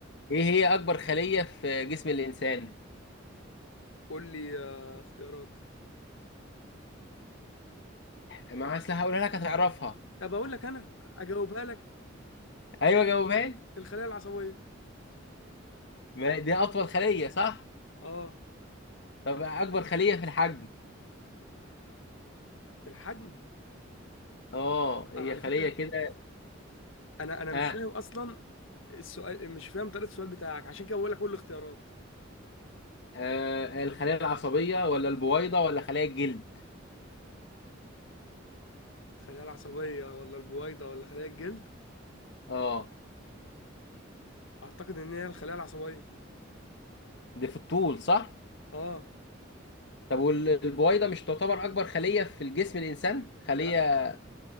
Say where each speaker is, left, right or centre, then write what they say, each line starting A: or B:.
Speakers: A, on the left; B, on the left.
A: إيه هي أكبر خلية في جسم الإنسان؟
B: قول لي آه، اختيارات
A: ما أصل هقولها لك هتعرفها
B: طب اقول لك انا اجاوبها لك
A: أيوه جاوبها لي.
B: الخلايا العصبيه
A: ما دي أطول خلية صح؟
B: اه
A: طب أكبر خلية في الحجم
B: في الحجم
A: أه هي
B: آه على
A: خلية
B: فكره
A: كده
B: انا انا مش
A: آه.
B: فاهم اصلا السؤال مش فاهم طريقه السؤال بتاعك عشان كده بقول لك كل الاختيارات
A: آه الخلية العصبية ولا البويضة ولا خلية الجلد؟
B: الخلايا العصبيه ولا البويضه ولا خلايا الجلد
A: أه
B: اعتقد ان هي الخلايا العصبيه
A: دي في الطول صح؟
B: اه
A: طب والبويضه مش تعتبر اكبر خليه في الجسم الانسان خليه
B: لا